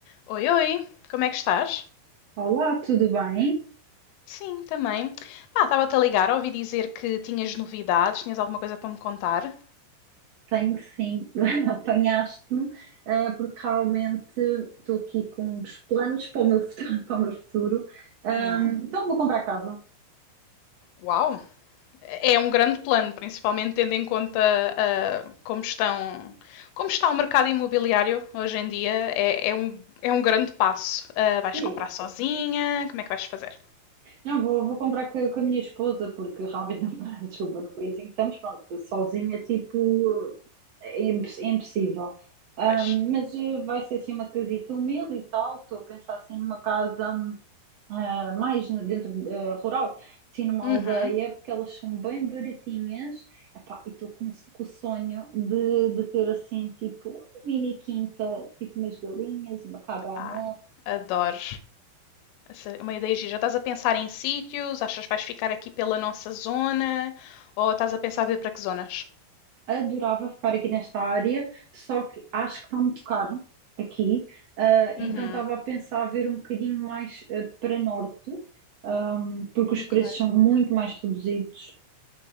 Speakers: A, on the left (about 80°); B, on the right (about 80°).
A: Oi, oi, como é que estás?
B: Olá, tudo bem?
A: Sim, também. Pá, estava-te a ligar, ouvi dizer que tinhas novidades, tinhas alguma coisa para me contar.
B: Tenho sim, <laughs> apanhaste-me, eh, porque realmente estou aqui com uns planos para o meu futuro. <laughs> Para o meu futuro. Ahm,
A: Hum,
B: então vou comprar casa.
A: uau! É um grande plano, principalmente tendo em conta ah, como estão, como está o mercado imobiliário hoje em dia. É, é um, é um grande passo. Ah,
B: Sim,
A: vais comprar sozinha? Como é que vais fazer?
B: não, vou, vou comprar co- com, a minha esposa, porque realmente, <laughs> não, desculpa, no país em que estamos, pronto, sozinha, tipo, é, imposs- é impossível. Ahm,
A: Pois.
B: mas eh, vai ser assim uma casita humilde e tal, estou a pensar assim numa casa. hum, ah, mais no- dentro da rural, sim, numa
A: Uhum.
B: aldeia, porque elas são bem baratinhas. Epá, e estou com, com o sonho de, de ter assim, tipo, uma mini quinta, tipo umas galinhas, uma cabana.
A: Ai, adoro. Essa é uma ideia gira. Já estás a pensar em sítios? Achas que vais ficar aqui pela nossa zona? Ou estás a pensar ver para que zonas?
B: Adorava ficar aqui nesta área, só que acho que está muito caro aqui. Ah, então
A: Uhum.
B: estava a pensar a ver um bocadinho mais ah, para norte, ahm, porque
A: Ok,
B: os preços são muito mais reduzidos.